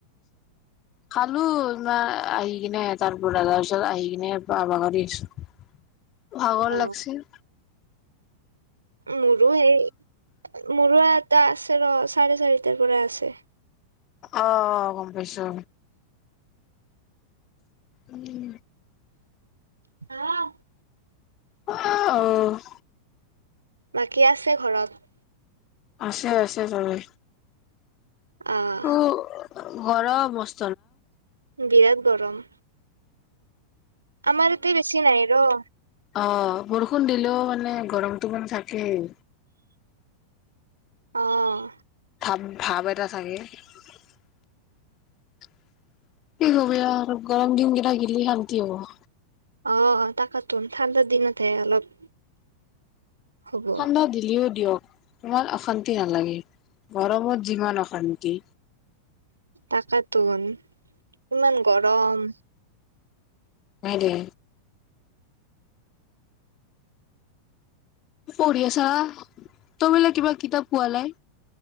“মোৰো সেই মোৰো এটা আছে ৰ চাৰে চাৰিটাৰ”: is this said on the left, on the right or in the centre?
Right